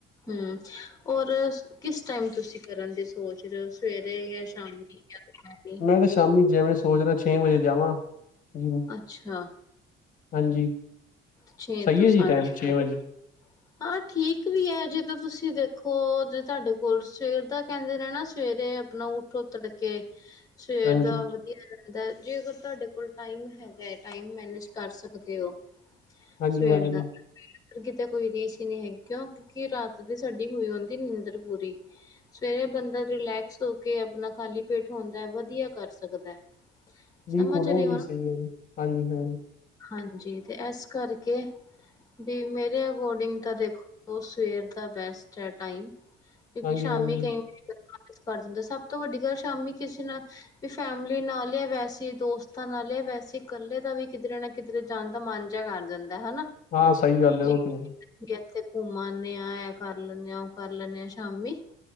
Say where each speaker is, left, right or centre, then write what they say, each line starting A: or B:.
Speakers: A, on the left; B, on the left.
A: ਹਮ ਔਰ ਕਿਸ ਟਾਈਮ ਤੁਸੀਂ ਕਰਨ ਦੀ ਸੋਚ? ਫਿਰ ਸਵੇਰੇ ਜਾਂ ਸ਼ਾਮੀ ਜਾਂ ਦੁਪੈਹਰੇ।
B: ਮੈ ਸ਼ਾਮੀ ਜਿਵੇਂ ਸੋਚਦਾ ਛੇ ਵਜੇ ਜਾਵਾਂ ਜਿੰਮ
A: ਅੱਛਾ
B: ਹਾਂਜੀ।
A: ਛੇ
B: ਸਈ
A: ਤੋਂ
B: ਐ
A: ਸਾਢੇ
B: ਜੀ ਟਾਈਮ
A: ਸੱਤ
B: ਛੇ ਵਜੇ?
A: ਹਾਂ ਠੀਕ ਵੀ ਐ, ਜੇ ਤਾਂ ਤੁਸੀਂ ਦੇਖੋ ਜੇ ਤੁਹਾਡੇ ਕੋਲ ਸਵੇਰ ਦਾ ਕਹਿੰਦੇ ਰਹਿਨਾ ਸਵੇਰੇ। ਆਪਣਾ ਊਠੋ ਤੜਕੇ, ਸਵੇਰ
B: ਹਾਂਜੀ
A: ਦਾ ਜਾਂਦਾ ਜੇ ਅਗਰ ਤੁਹਾਡੇ ਕੋਲ ਟਾਈਮ ਹੈਗਾ ਐ, ਟਾਈਮ ਮੈਨੇਜ ਕਰ ਸਕਦੇ ਔ।
B: ਹਾਂਜੀ
A: ਸਵੇਰ
B: ਹਾਂਜੀ
A: ਦਾ ਕਿਤੇ ਕੋਈ ਰੀਸ਼ ਹੀ ਨੀ ਹੈਗੀ ਕਿਉਂ ਕਿਉਂਕਿ ਰਾਤ ਦੀ ਸਾਡੀ ਹੋਈ ਹੁੰਦੀ ਨੀਂਦਰ ਪੂਰੀ ਸਵੇਰੇ ਬੰਦਾ ਰਿਲੈਕਸ ਹੋ ਕੇ ਆਪਣਾ ਖਾਲੀ ਪੇਟ ਹੁੰਦਾ ਵਧੀਆ ਕਰ ਸਕਦਾ। ਸਮਝ
B: ਬਿਲਕੁਲ
A: ਰਹੇ ਹੋ
B: ਜੀ ਸਈ ਐ ਜੀ ਹਾਂਜੀ ਹਾਂ
A: ਹਾਂਜੀ ਤੇ ਇਸ ਕਰਕੇ ਵੀ ਮੇਰੇ ਅਕੋਰਡਿੰਗ ਤਾਂ ਦੇਖੋ, ਸਵੇਰ ਦਾ ਬੈਸਟ ਐ ਟਾਈਮ ਕਿਉਂਕਿ
B: ਹਾਂਜੀ
A: ਸ਼ਾਮੀ
B: ਹਾਂਜੀ
A: ਕਈ ਵਾਰੀ <unintelligible> ਕਰ ਜਾਦਾ ਸਭ ਤੋਂ ਵੱਡੀ ਗੱਲ ਸ਼ਾਮੀ ਕਿਸੇ ਨਾ ਵੀ ਫੈਮਲੀ ਨਾਲ ਆ ਵੈਸੇ ਦੋਸਤਾਂ ਨਾਲ ਆ ਵੈਸੇ ਇਕੱਲੇ ਦਾ ਵੀ ਕਿਧਰੇ ਨਾ ਕਿਧਰੇ ਜਾਣ ਦਾ ਮਨ ਵਧੀਆ ਕਰ ਜਾਂਦਾ ਹਨਾ
B: ਹਾਂ ਸਈ ਗੱਲ ਐ
A: ਵੀ
B: ਉਹ ਤੇ
A: ਵੀ ਇੱਥੇ ਘੁੰਮਾਦੇ ਆ ਐ ਕਰ ਲੈਂਨੇ ਆ ਉਹ ਕਰ ਲੈਂਨੇ ਆ ਸ਼ਾਮੀ